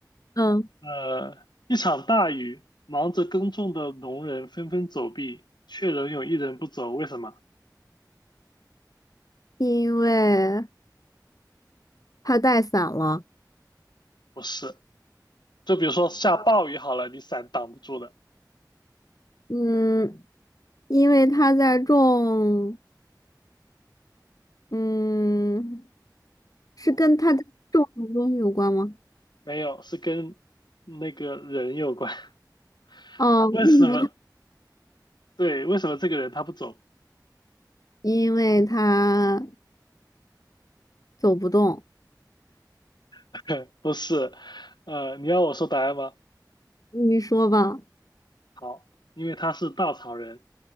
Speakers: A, on the left; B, on the left.
A: 嗯，
B: 呃，一场大雨，忙着耕种的农人纷纷走避，却仍有一人不走，为什么？
A: 因为它带伞了，
B: 不是，就比如说下暴雨好了，你伞挡不住的，
A: 嗯，因为它在种，嗯，是跟它在种什么东西有关吗？
B: 嗯，没有，是跟那个人有关。<laughs>
A: 哦，
B: 为什么？
A: 为什么它？
B: 对，为什么这个人他不走？
A: 因为它走不动。
B: <laughs> 不是，呃，你要我说答案吗？
A: 你说吧，
B: 好，因为他是稻草人。